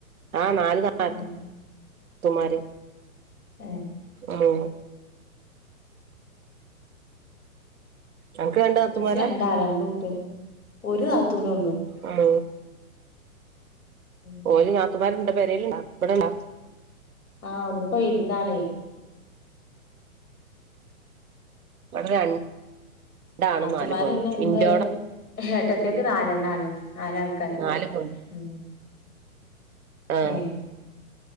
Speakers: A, on the right; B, on the left.
A: ആഹ് നാല് നാത്തൂമാര്
B: ഏ ഏഹ്
A: ഏഹ് അനക്ക് രണ്ട് നാത്തൂമാരാ
B: ഇൻച്ച് രണ്ടാളാ രണ്ട് കുട്ട്യാള് ഒരു താത്തൂനേ ഉള്ളു
A: ഉം
B: ഉം
A: ഓര് നാത്തുമ്മാര്ണ്ടാ പെരേല്ണ്ടാ ഇവിടെണ്ടാ
B: ആഹ് ഇന്നിപ്പോ വിരുന്നാണെ
A: ഇവടെ രണ്ടാണും
B: നാത്തൂമാര്
A: നാല് പെണ്ണും
B: പിന്നെ ഇന്റെ
A: ഇൻ്റാടെ
B: ഏട്ട ഏട്ടത്തിയേക്ക് നാലെണ്ണാണ് നാലാൾക്കാര്ണ്ട്
A: നാല് പെണ്ണും
B: ഉം
A: ആഹ്
B: ഏഹ്